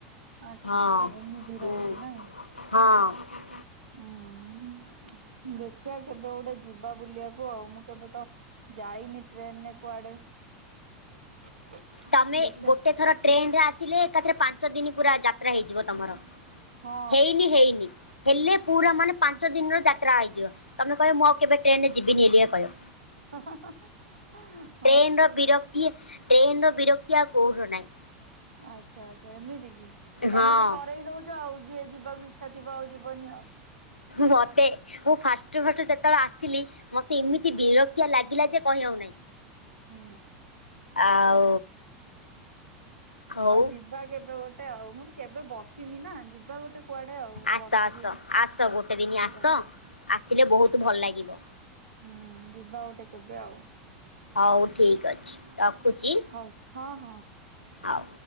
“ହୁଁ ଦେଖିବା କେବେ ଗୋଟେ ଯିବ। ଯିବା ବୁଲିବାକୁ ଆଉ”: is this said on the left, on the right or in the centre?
Right